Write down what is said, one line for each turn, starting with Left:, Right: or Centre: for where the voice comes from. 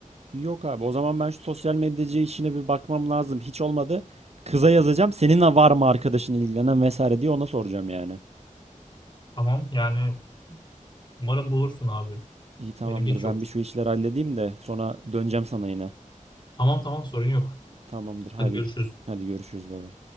Right: Yok abi o zaman ben şu sosyal medyacı işine bir bakmam lazım. Hiç olmadı. Kıza yazacağım. Senin var mı arkadaşın ilgilenen vesaire diye ona soracağım yani.
Left: Tamam yani umarım bulursun abi.
Right: İyi tamamdır.
Left: Benim hiç
Right: Ben
Left: yok.
Right: bir şu işleri halledeyim de sonra döneceğim sana yine.
Left: Tamam tamam sorun yok.
Right: Tamamdır. Hadi
Left: Hadi görüşürüz.
Right: hadi görüşürüz bay bay.